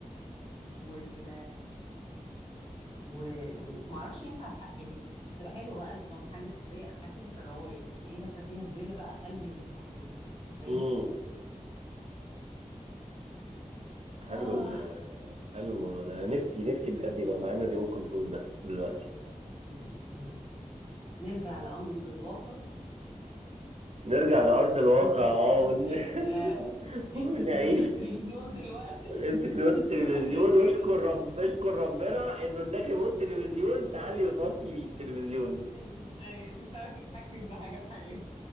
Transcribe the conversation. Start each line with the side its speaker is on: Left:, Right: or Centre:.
Left: وال و... ومعرفش ينفع أتح... يعني هتبقى حلوه بقى طالما حاجه سحريه اتحكم في الروايح يعني ايه حته فيها زباله بقى الغي الريحه خالص كده فاهم
Right: امم حلو
Left: آه.
Right: ال حلو الموضوع ده نفسي نفسي بجد يبقى معانا الريموت كنترول ده دلوقتي
Left: م- م. نرجع لامر الواقع
Right: نرجع <laughs> لأرض
Left: وامسك
Right: الواقع اه ون...
Left: امسك آه...
Right: <laughs> ونعيش
Left: امسك ريموت التلفزيون دلوقتي
Right: امسك ريموت
Left: <laughs>
Right: التلفزيون
Left: على قدك
Right: واشكر
Left: كده
Right: رب اشكر ربنا انه اداك ريموت تلفزيون تعلي وتوطي بيه التلفزيون
Left: ان آه، يعني انت عارف تتحكم في حاجه في حياتك